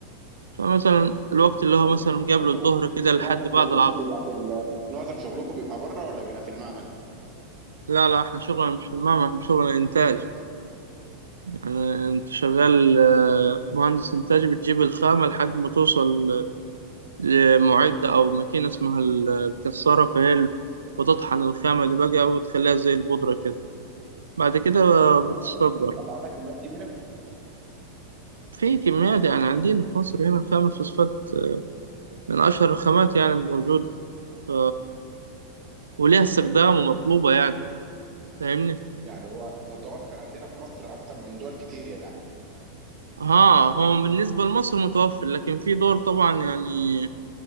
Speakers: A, on the right (about 70°); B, on the right (about 35°).
A: فمثلا الوقت اللي
B: ده
A: هو
B: حقيقة
A: مثلا
B: يعني
A: قبل
B: بس انتوا
A: الظهر
B: م-
A: كده لحد
B: معظم
A: بعد
B: شغلكم
A: العصر
B: بيبقى في ال... معظم شغلكم بيبقى بره ولا بيبقى في المعمل؟
A: لا لا احنا شغلنا مش في المعمل احنا شغلنا إنتاج يعني أنت شغال آه، مهندس إنتاج بتجيب الخامة لحد ما توصل لمعدة أو ماكينة اسمها الكسارة فهي بتطحن الخامة دي بقى وتخليها زي البودرة كده. بعد كده بتصدر
B: اه بتطلعوا بقى كميات كبيرة؟
A: في كميات يعني عندنا في مصر هنا خام الفوسفات من أشهر الخامات يعني الموجودة ف... وليها استخدام ومطلوبة يعني فاهمني؟
B: يعني هو متوفر عندنا في مصر أكتر من دول كتير يعني
A: ها هو بالنسبة لمصر متوفر لكن في دول طبعا يعني